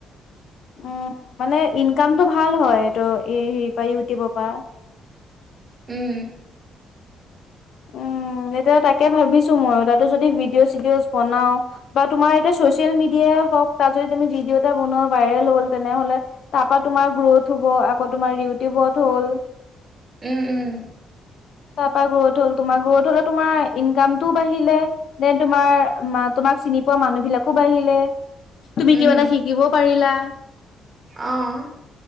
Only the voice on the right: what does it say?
উম
উম উম
উম
অঁ